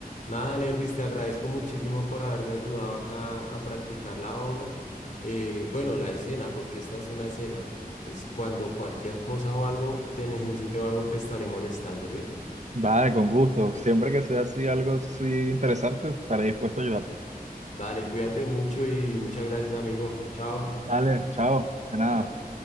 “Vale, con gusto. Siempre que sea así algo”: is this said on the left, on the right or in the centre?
Right